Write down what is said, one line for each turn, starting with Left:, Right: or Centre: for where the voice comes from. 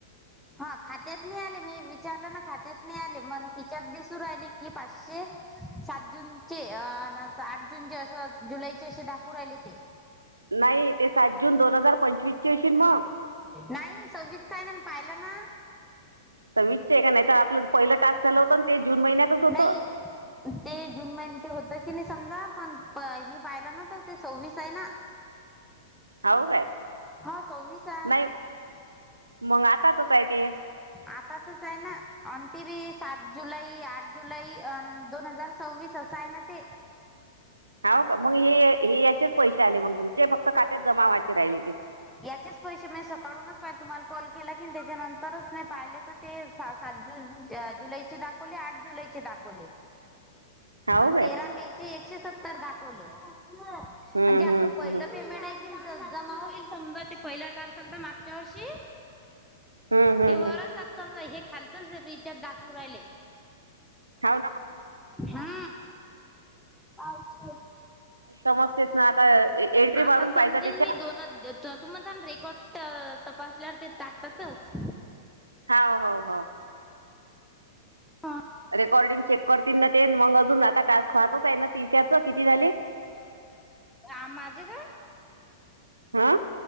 Centre: हा खात्यात नाही आले मी विचारलं ना खात्यात नाही आले मग तिच्यादी सुरू राहिली की पाचशे सात जूनचे अ आठ जूनचे असं जुलैचे असे दाखव राहिले ते.
Right: नाही ते सात जून दोन हजार पंचवीस चे असश मग.
Centre: नाही सबत आहे ना पाहिला ना.
Right: विचच आहे का नाही तर आपलं पहिलं टास्क झालं होतं ना ते जून महिन्यातच होतं.
Centre: नाही ते जून महिने ते होत की नाही समजा पण मी पाहिलं ना तर ते सव्वीस आहे ना.
Right: <unintelligible> होव काय
Centre: हो सव्वीस आहे
Right: नाही मग आताातच आहे ते.
Centre: आताचच आहे ना अ त बी सात जुलै आठ जुलै दोन हजार सव्वीस अस सायन ते.
Right: हा मग हे याचेच पैसे आले मग तुमचे फक्त खात्यात जमावा्हाचे राहिले ते
Centre: याचेच पैसे मी सकाळूनच पाहिले तुम्हाला कॉल केला की त्याच्यानंतरच मी पाहिले तर ते सात जुून जुलैचे दाखवले आठ जुलैचे दाखवले.
Right: <unintelligible> हाव
Centre: आणि
Right: काय
Centre: तेरा मे चे एकशे सत्तर दाखवले. म्हजे
Right: हम्म
Centre: आपलं
Right: हम्म
Centre: पहिलं
Right: हम्म
Centre: पेमेंट आहे कि जमा होईल. समजा ते पहिला टार चालता मागच्या वर्षी
Right: हम्म हम्म
Centre: ते
Right: हम्म.
Centre: वरचात समजा हे खालचच विचत दाखवू राहिले
Right: हो ना
Centre: हा पाछ
Right: समस्तेच ना आता एंट्री मारून
Centre: आता समजेन
Right: पाहिजे त्याच्या
Centre: मी दोन तुण त्या रेकॉर्ड तपासल्यावर ते टाकतातच
Right: ह हो हो
Centre: हा
Right: रेकॉर्डिंग चेक करतील ना ते मग अजून आता टास्क वाहतोच आहे ना तिश्याचं किती झाले <unintelligible>
Centre: आ माझे घ
Right: हा